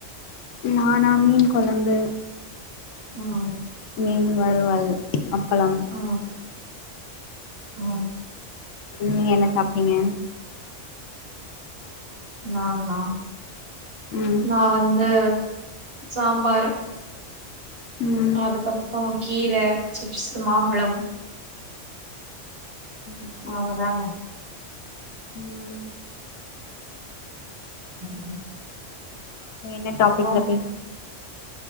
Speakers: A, on the left; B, on the right.
A: நானாமீன் கொழம்பு
B: ம்
A: மீன் வருவல் அப்பளம்
B: ஆ ஆ
A: நீங்க என்ன சாப்ட்டீங்க
B: நானா
A: ம்
B: நா வந்து சாம்பார்
A: ம்
B: அதுக்கப்றோ கீர சிப்ஸ் மாம்பழம்
A: ம் சரி
B: அவ்ளோதாங்க
A: ம்
B: ம்
A: என்ன டாபிக்ல
B: அப்றோ
A: பேசு